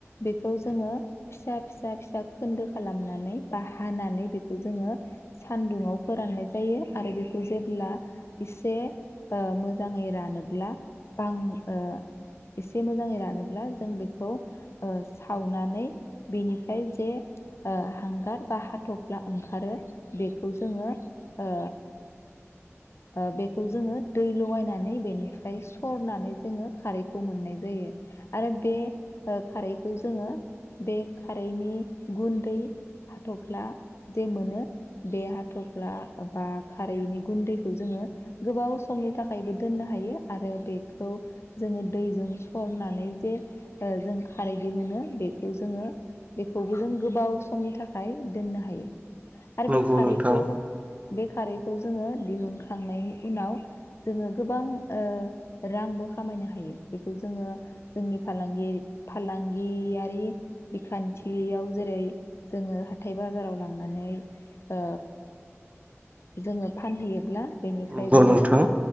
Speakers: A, on the left; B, on the right.
A: बेखौ जोङो फिसा - फिसा-फिसा खोन्दो खालामनानै बा हानानै बेखौ जोङो सानदुङाव फोराननाय जायो आरो बेखौ जेब्ला एसे ओ मोजाङै रानोब्ला बां ओ एसे मोजाङै रान रानोब्ला जों बेखौ ओ सावनानै बेनिफ्राय जे ओ हांगार बा हाथ'फ्ला ओंखारो बेखौ जोङो ओ -ओ बेखौ जोङो दै लगायनानै बेनिफ्राय सरनानै जोङो खारैखौ मोननाय जायो। आरो बे खारैखौ जोङो बे खारैनि गुन्दै हाथ'फ्ला जे मोनो बे हाथ'फ्ला बा खारैनि गुन्दैखौ जोङो गोबाव समनि थाखायबो दोननो हायो आरो बेखौ जोङो दैजों सरनानै जे ओ जों खारै दि मोनो बेखौ जोङो बेखौबो जों गोबाव समनि थाखाय दोननो हायो। आरो
B: नंगौ
A: बे खारैखौ
B: नोंथां
A: बे खारैखौ जोङो दिहुनखांनायनि उनाव जोङो गोबां ओ रांबो खामायनो हायो बेखौ जोङो, जोंनि फालांगि-फालांगियारि बिखान्थियाव जेरै जोङो हाथाय बाजाराव लांनानै ओ जोङो फानहैयोब्ला बेनिफ्राय
B: नंगौ
A: जोङो
B: नोंथां